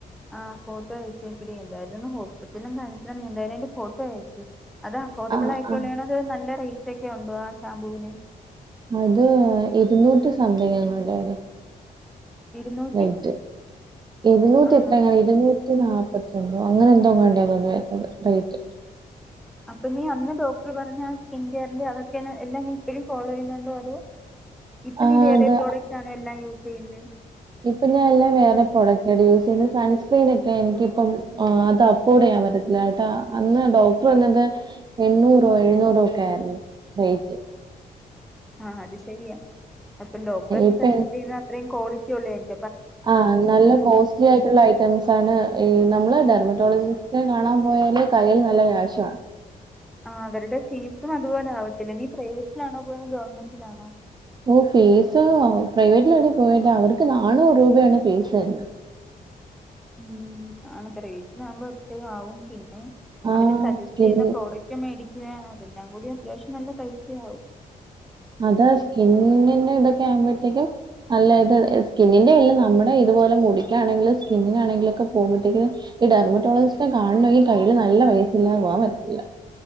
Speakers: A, in the centre; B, on the right.
A: ആഹ ഫോട്ടോ അയച്ച ഇപ്പടി, എന്തായാല ഒന്ന് ഹോസ്പിറ്റലും- കാണിച്ച എന്തായാലും അതിന്തേയ് ഫോട്ടോ അയച്ചു- അത് അഫോർഡബിൾ-
B: ആ
A: ആയിട്ടുള്ളണോ?
B: ആ
A: അത് നല്ല റേറ്റ് ഒക്കെ ഉണ്ടോ? ആ ഷാംമ്പൂവിന്.
B: അത് ഇരുന്നൂറ്റി സംതിങ് അവിടെ.
A: ഇരുന്നൂറ്റി
B: ററ്റ് എരുന്നൂറ്റി
A: ആണോ
B: എത്ര കണ- ഇരുന്നൂറ്റി നാൽപ്പത്തി രണ്ടോ? അങ്ങനെ എന്തോ? വണ്ടിയ തോന്ന വരുന്നത് റേറ്റ്.
A: അപ്പൊ നീ അന്ന് ഡോക്ടർ പറഞ്ഞ- ആ സ്കിൻ കെയറിന്റെ അതൊക്കെ എല്ലാം നീ ഇപ്പോഴും ഫോളോ ചെയ്യുന്നുണ്ടോ? അതോ-
B: <inaudible>
A: ഇപ്പോ
B: അത്
A: നീ വേറെ പ്രോഡക്റ്റ്- ആണോ എല്ലാം യൂസ് ചെയ്യുന്നത്?
B: ഇപ്പം ഞാൻ എല്ലാം വേറെ പ്രോഡക്റ്റ് ആയിട്ട് യൂസ് ചെയ്യുന്നത് സൺക്രീന ഒക്കെ- എനിക്ക ഇപ്പം അത് അഫോർഡ്- ചെയ്യാൻ പറ്റുന്നത്. ട്ടാ അന്ന് ഡോക്ടർ വന്നത് എണ്ണൂറോ, എഴുന്നൂറോ ഒക്കെ ആയിരുന്നു റേറ്റ്.
A: ആഹ അത് ശരിയ അപ്പം ഡോക്ടറ ഒക്കെ
B: ഇപ്പൊ
A: സജെസ്റ്റ് ചെയ്യുന്നത്, അത്രേയും ക്വാളിറ്റി ഉള്ളതരിക്കും.
B: ആഹ നല്ല കോസ്റ്റ്ലി ആയിട്ടുള്ള ഐറ്റം, സ്റ്റെംസ്ണ് ഈ നമ്മള്, ഡെർമറ്റോളജിജിസ്റ്റ് കാണാൻ- പോയാല് കൈയിൽ നല്ല കാശുംവേണം.
A: ആ അവരുടെ ഫീസും അതുപോലെ ആവത്തില്ല? നീ പ്രൈവറ്റിലാണോ, പോയ ഗവൺമെന്റിലാണോ?
B: ഓ ഫീസ് പ്രൈവറ്റില അവിടെ- പോയിട്ട് അവർക്ക് നാനൂറ്- രൂപയാണ് ഫീസ് എന്ന്.
A: ഉ ആ റേറ്റ്ന ആകുമ്പോ ഒത് ആവും, പിന്നെ
B: ആഹ്
A: അവര് സജസ്റ്റ്
B: സ്കിൻ
A: ചെയ്യുന്ന പ്രോഡക്റ്റ്. ഒറ്റ മേടിക്കുക അതെല്ലാം കൂടി- അത്യാവശ്യം നല്ല പൈസയാകവും.
B: അത സ്കിന്നിന് ഇതൊക്കെ ആകുമ്പോഴത്തേക്കും. അല്ലായത് സ്കിന്നിന്റെ എല്ലാം നമ്മുടെ ഇതുപോലെ മുടിക്കാണെങ്കിലും, സ്കിന്നിനാണെങ്കിലും ഒക്കെ പോകുമ്പോഴേ- ഈ ഡെർമറ്റോളജിജിസ്റ്റ് കാണെങ്കഈ കയ്യിൽ നല്ല വയസ്സില്ലാെ പോകവാൻ പറ്റത്തില്ല.